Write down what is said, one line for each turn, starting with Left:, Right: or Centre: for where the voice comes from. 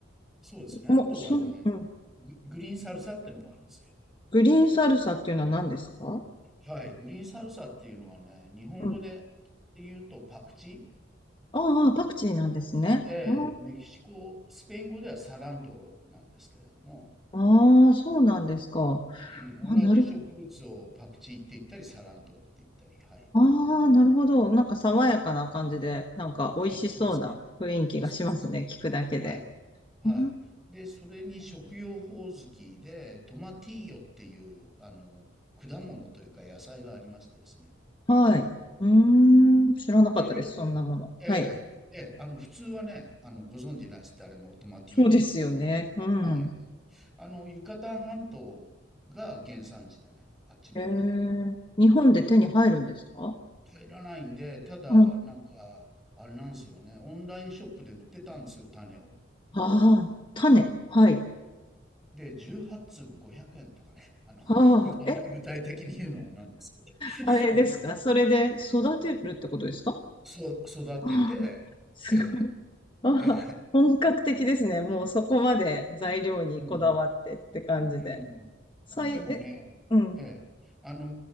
Centre: そうですね。
Left: もう、
Centre: あとはね、
Left: その、うん。
Centre: ググリーンサルサってのもあるんですよ。
Left: グリーンサルサっていうのは何ですか
Centre: はい。グリーンサルサっていうのはね、日本語で言うとパクチー、
Left: うん。ああ、パクチーなんですね。
Centre: ええ、
Left: あ
Centre: メキシコ、スペイン語ではサラントロなんですけれども、
Left: あ、ああ、そうなんですか。
Centre: うん、
Left: あ、
Centre: 同じ植物をパクチーって言ったり、
Left: なる
Centre: サラントロって言ったり、はい。
Left: ああ、なるほど。なんか爽やかな感じで、なんか美味しそうな雰囲気がしますね。
Centre: あ、そうですね。そうですね。
Left: 聞くだけで。
Centre: はい。はい。
Left: あ
Centre: で、それに食用ホオズキで、トマティーヨっていう、あの、果物というか野菜がありましてですね。
Left: はい。うーん。知らなかったです。
Centre: で、両、
Left: そんなもの。
Centre: ええ、
Left: はい。
Centre: ええ、あの、普通はね、あの、ご存知ないです。誰もトマティーヨのことも。
Left: そうですよね。うん。
Centre: はい。あの、ユカタン半島が原産地でね、あっちの方が。
Left: ええ。日本で手に入るんですか
Centre: 入らないんで、ただ、
Left: うん。あ
Centre: なんか、あれなんですよね、オンラインショップで売ってたんですよ、種を。
Left: あ、種。はい。
Centre: で、18粒500円とかね、あの、
Left: ああ、
Centre: ぐあまり具体的に言うのもなんですけど、
Left: え、
Centre: <laughs>
Left: あれですかそれで育てるってことですか
Centre: そう育てて、
Left: ああ、<laughs> すごい。
Centre: ええ、
Left: ああ、
Centre: ええ、
Left: 本格的ですね。もうそこまで材料にこだわってって感じで。
Centre: うん、う
Left: さい、
Centre: ん。でもね、
Left: え、うん。
Centre: ええ、あの